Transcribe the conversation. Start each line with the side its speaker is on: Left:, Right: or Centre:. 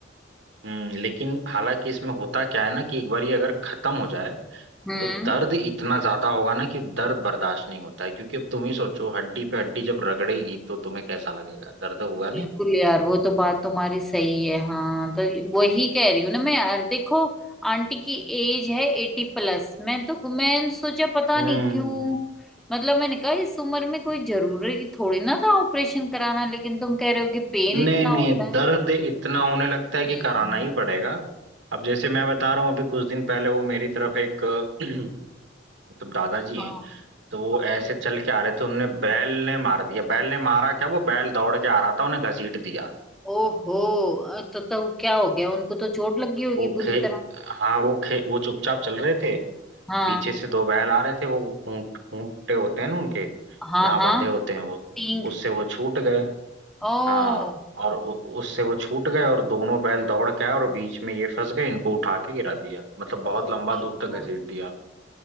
Right: हम्म लेकिन हालांकि इसमें होता क्या है ना कि एक बार ये अगर खत्म हो जाए
Centre: हम्म
Right: तो दर्द इतना ज्यादा होगा ना कि दर्द बर्दाश्त नहीं होता है क्योंकि अब तुम ही सोचो हड्डी पे हड्डी जब रगड़ेगी तो तुम्हें कैसा लगेगा दर्द होगा नहीं
Centre: बिल्कुल यार वो तो बात तुम्हारी सही है हाँ तो वही कह रही हूँ ना मैं यार देखो आंटी की एज है एटी प्लस मैं तो मैं सोचा पता
Right: हम्म
Centre: नहीं क्यों मतलब मैंने कहा इस उम्र में कोई जरूरी थोड़ी ना था ऑपरेशन कराना लेकिन तुम कह रहे हो कि पेन इतना
Right: नहीं नहीं
Centre: होता
Right: दर्द
Centre: है
Right: इतना होने लगता है कि
Centre: हम्म,
Right: कराना ही पड़ेगा अब जैसे मैं बता रहा हूँ अभी कुछ दिन पहले वो मेरी तरफ एक <clears throat> मतलब दादाजी
Centre: हाँ
Right: हैं तो वो ऐसे चल के आ रहे थे उनने बैल ने मार दिया बैल ने मारा क्या वो बैल दौड़ के आ रहा था उन्हें घसीट दिया
Centre: ओहो अ, तो तो क्या हो गया उनको तो चोट लग गई होगी
Right: वो
Centre: बुरी
Right: खे
Centre: तरह
Right: हाँ वो खे वो चुपचाप चल रहे थे
Centre: हाँ
Right: पीछे से दो बैल आ रहे थे वो खूंट खूंटे होते हैं ना उनके
Centre: हाँ
Right: जहाँ
Centre: हाँ
Right: बंधे होते हैं वो
Centre: सींग
Right: उससे वो छूट गए
Centre: ओ
Right: हाँ और उ- उससे वो छूट गए और दोनों बैल दौड़ के आए और बीच में ये फंस गए इनको उठा के गिरा दिया मतलब बहुत
Centre: Oh
Right: लंबा
Centre: my
Right: दूर तक
Centre: God
Right: घसीट दिया